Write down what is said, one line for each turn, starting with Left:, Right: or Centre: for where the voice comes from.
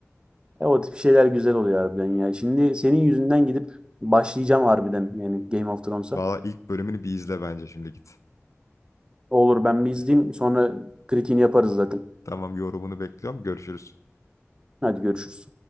Right: E, o tip şeyler güzel oluyor harbiden ya. Şimdi senin yüzünden gidip başlayacağım harbiden yani Game of Thrones'a.
Left: Valla ilk bölümünü bir izle bence şimdi git.
Right: Olur ben bir izleyeyim sonra kritiğini yaparız zaten.
Left: Tamam yorumunu bekliyorum. Görüşürüz.
Right: Hadi görüşürüz.